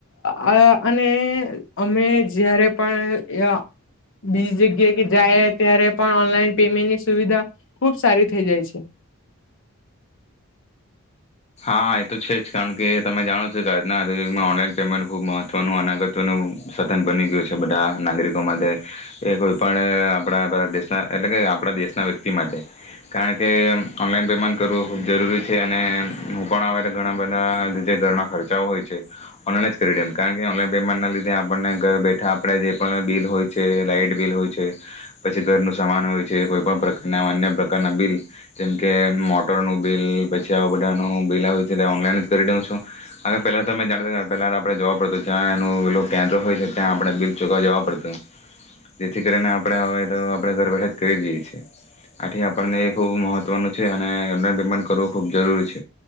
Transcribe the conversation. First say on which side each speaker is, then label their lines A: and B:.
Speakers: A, on the left; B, on the left.
A: અ અને અમે જયારે પણ અ બીજી જગ્યા કે જાયે ત્યારે પણ ઓનલાઈન પેમેન્ટની સુવિધા ખુબ સારી થેઈ જાય છે.
B: હા એ તો છે જ, કાણ કે તમે જાણો છો કે આજના આધુનિક યુગમાં ઓનલાઈન પેમેન્ટ ખૂબ મહત્ત્વનું અને ગત્વનું સધન બની ગયું છે, બધા નાગરિકો માટે કે કોઈપણ આપણા ભારત દેશના એટલે કે આપણા દેશના વ્યક્તિ માટે કાણ કે ઓનલાઈન પેમેન્ટ કરવું ખૂબ જરૂરી છે અને હું પણ અવે તે ઘણા બધા જે ઘરના ખર્ચાઓ હોય છે, ઓનલાઈન જ કરી દેમ, કારણ કે ઓનલાઈન પેમેન્ટના લીધે આપણને ઘરે બેઠા આપડે જે પણ બિલ હોય છે, લાાઈટ બિલ હોય છે, પછી ઘરનું સામાન હોય છે, કોઈ પણ પ્રકારના અન્ય પ્રકારના બિલ જેમકે મોટરનું બિલ પછી આવુ ઢાનું બિલ આવે હોય છે તે ઓનલાઈન જ કરી દઉં છું, <unintelligible> પેલાં તમે જાણતા તા પહેલાના આપણે જવા પડતું જ્યાં એનું બિલો કેન્દ્ર હોય છે ત્યાં આપણે બિલ ચુકવવા જવા પડતું, જેથી કરીને આપણે હવે તો આપણે ઘર બેઠા જ કરી દીએ છીએ, આથી આપણને એ ખૂબ મહત્વનું છે અને ઓનલાઈન પેમેન્ટ કરવું ખૂબ જરૂરી છે.